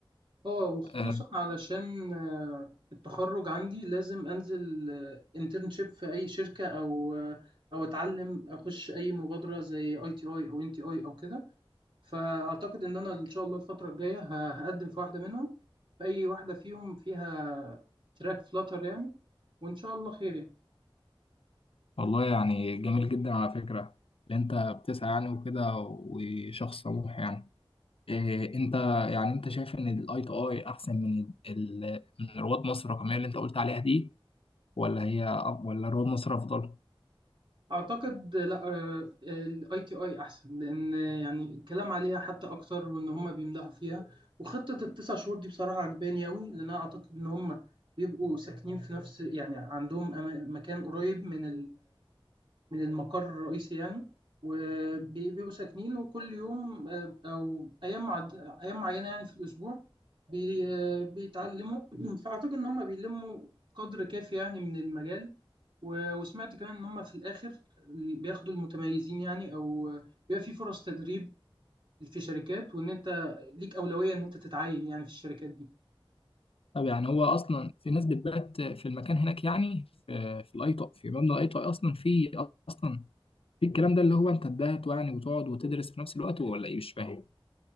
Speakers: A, on the right; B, on the left.
A: اه وخصوصا
B: آه
A: علشان آه، التخرج عندي لازم انزل انترنشيب في اي شركه او آه، او اتعلم اخش اي مبادره زي اي تي اي او ان تي اي او كده فاعتقد ان انا ان شاء الله الفتره الجايه ه- هقدم في واحده منهم في اي واحده فيهم فيها تراك فلاتر يعني وان شاء الله خير يعني.
B: والله يعني جميل جدا على فكره اللي انت بتسعى يعني وكده وشخص طموح يعني إيه، انت يعني انت شايف ان الاي تو اي احسن من ال... من رواد مصر الرقميه اللي انت قلت عليها دي ولا هي أف- ولا رواد مصر افضل
A: اعتقد لا الاي تي اي احسن لان يعني الكلام عليها حتى اكتر وان هم بيمدحوا فيها وخطه التسع شهور دي بصراحه عجباني قوي لان انا اعتقد ان هم بيبقوا ساكنين في نفس يعني عندهم أما- مكان قريب من من المقر الرئيسي يعني وبيبقوا ساكنين وكل يوم آه، أو أيام معد... أيام معينة يعني في الأسبوع بي... آه، بيتعلموا <clears throat> فأعتقد إن هم بيلموا قدر كافي يعني من المجال و... وسمعت كمان إن هم في الآخر بياخدوا المتميزين يعني أو آه، بيبقى في فرص تدريب في شركات وإن أنت ليك أولوية إن أنت تتعين يعني في الشركات دي.
B: طب يعني هو اصلا في ناس بتبات في المكان هناك يعني في في الاي تو في مبنى الاي تو اي اصلا في اصلا في الكلام ده اللي هو انت تبات يعني وتقعد وتدرس في نفس الوقت ولا ايه مش فاهم